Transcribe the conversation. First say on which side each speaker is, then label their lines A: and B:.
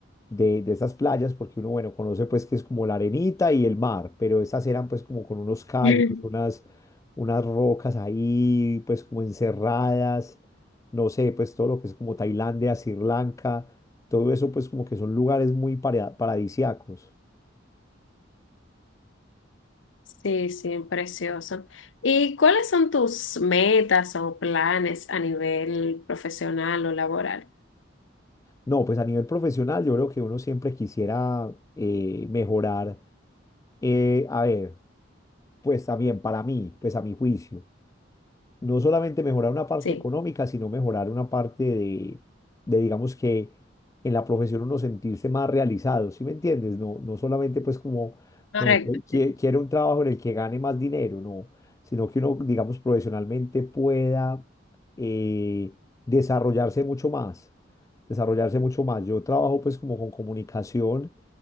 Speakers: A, on the left (about 15°); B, on the left (about 80°).
A: de, de estas playas, porque uno bueno conoce pues que es como la arenita y el mar, pero estas eran pues como con unos callos,
B: <laughs>
A: unas, unas rocas ahí pues como encerradas, no sé, pues todo lo que es como Tailandia, Sri Lanka. Todo eso pues como que son lugares muy paradisiacos. paradisíacos.
B: Sí, sí, precioso. ¿Y cuáles son tus metas o planes a nivel profesional o laboral?
A: No, pues a nivel profesional yo creo que uno siempre quisiera eh, mejorar. eh, a ver, pues también para mí, pues a mi juicio. no solamente mejorar una parte
B: Sí,
A: económica, sino mejorar una parte de, de, digamos que en la profesión uno sentirse más realizado, ¿sí me entiendes? No, no solamente pues como,
B: correcto.
A: bueno, pues, qui-
B: Sí.
A: quiero un trabajo en el que gane más dinero, no, sino que uno, digamos, profesionalmente pueda eh, desarrollarse mucho más, desarrollarse mucho más. Yo trabajo pues como con comunicación.